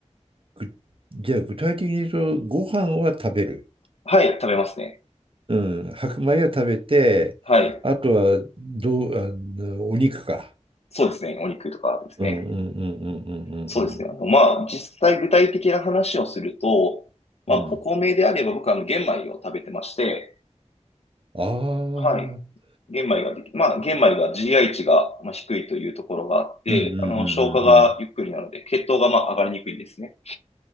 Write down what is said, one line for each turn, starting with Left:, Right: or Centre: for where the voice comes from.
Right: ぐじゃあ具体的に言うと、ご飯は食べる。
Left: はい、食べますね。
Right: うん、白米は食べて、
Left: はい。
Right: あとはどう、あの、お肉か。
Left: そうですね。お肉とかですね。
Right: うんうんうんうんうん
Left: そうですね。あの、まあ、実際具体的な話をすると、まあ、
Right: うんうん。うん。
Left: お米であれば僕はあの玄米を食べてまして、
Right: ああ、うん
Left: はい。玄米ができ、まあ、玄米が GI 値がまあ低いというところがあって、
Right: うんうんうんう
Left: あの、消化がゆっくりなので、
Right: ん。
Left: 血糖がまあ上がりにくいんですね。